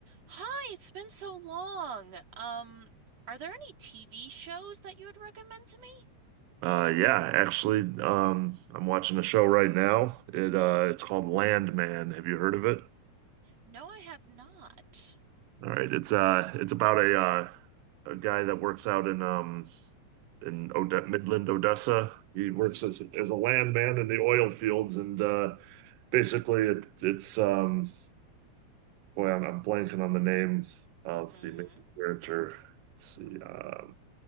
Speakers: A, on the right; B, on the right.
A: Hi, it's been so long. Um, are there any TV shows that you would recommend to me?
B: Uh, yeah, actually, um, I'm watching a show right now. It uh, it's called Landman. Have you heard of it?
A: No, I have not.
B: All right, it's uh, it's about a uh, a guy that works out in um in Ode Midland, Odessa. He works as as a landman in the oil fields, and uh, basically, it, it's um, boy, I'm, I'm blanking on the name of
A: Mm-hmm.
B: the main character. Let's see, uh,